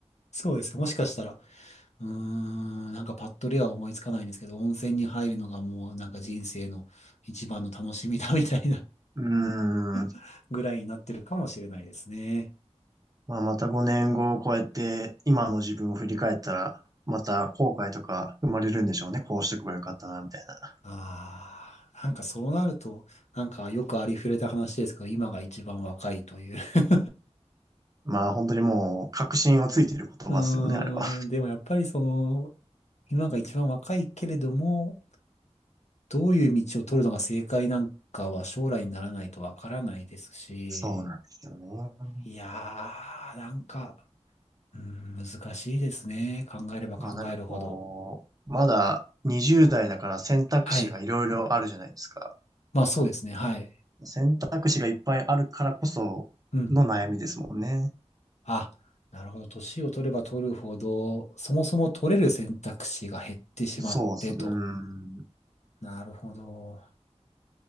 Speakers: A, on the left; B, on the right.
A: そうですね。もしかしたら、うーん、なんかパッとでは思いつかないんですけど、温泉に入るのがもうなんか人生の一番の楽しみだみたいな
B: うーん。
A: <laughs> ぐらいになってるかもしれないですね。
B: まあ、また5年後を超えて今の自分を振り返ったら、また後悔とか生まれるんでしょうね。こうしておけばよかったな、みたいな。
A: ああ、なんかそうなると、なんかよくありふれた話ですけど、今が一番若いという。<laughs>
B: まあ、本当にもう確信をついてる言葉ですよね、
A: うーん、
B: あれは。
A: でもやっぱりその、今が一番若いけれども、どういう道を取るのが正解なんかは将来にならないとわからないですし、
B: そうなんですよね。
A: いやー、なんか、うん、難しいですね。考えれば考えるほど。
B: まあ、なんかこう、まだ20代だから選択肢がいろいろあるじゃないですか。
A: はい。まあそうですね。はい。
B: 選択肢がいっぱいあるからこその悩みですもんね。
A: うん。あ、なるほど。年を取れば取るほど、そもそも取れる選択肢が減ってしまってと。
B: そうっすね。うーん。
A: なるほど。